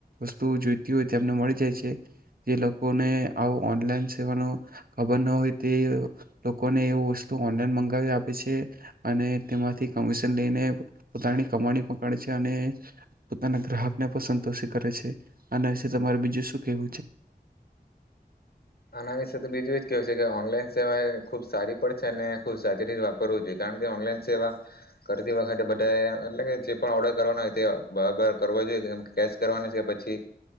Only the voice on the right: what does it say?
વસ્તુ જોઈતી હોયને મળી જાય છે જે લોકોને આવ ઓનલાઈન સેવાનો ખબર ન હોય તે લોકોને એવ વસ્તુ ઓનલાઈન મંગાવી આપે છે અને તેમાંથી કમિશન લઈને પોતાની કમાણી પકડે છે અને પોતાના ગ્રાહક ને પણ સંતોષિત કરે છે આના વિશે તમારે બીજું શું કેવું છે